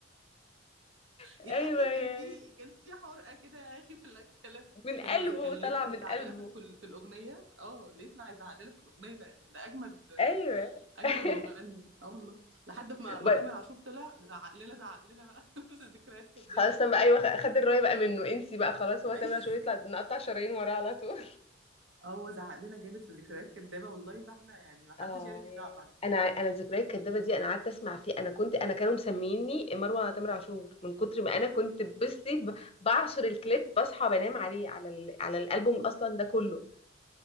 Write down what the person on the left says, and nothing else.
ايوه
يا
من قلبه
طلع
من
قلبه
ايوه
<laughs>
وبعد
خلاص تم ايوه خ- خد الرايه بقى منه انسي بقى خلاص هو
تامر عاشور يطلع نقطع شرايين وراه على طول
اه
ياه.
انا انا الذكريات الكدابه دي انا قعدت اسمع فيه انا كنت انا كانوا مسميني مروه تامر عاشور من كتر ما انا كنت بصي ب- بعشر الكليب بصحى بنام عليه على ال... على الالبوم اصلا ده كله